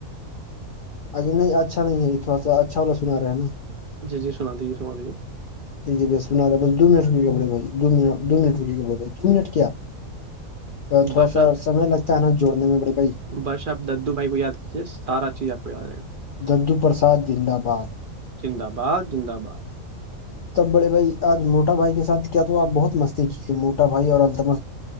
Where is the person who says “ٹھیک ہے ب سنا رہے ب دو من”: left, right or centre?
Left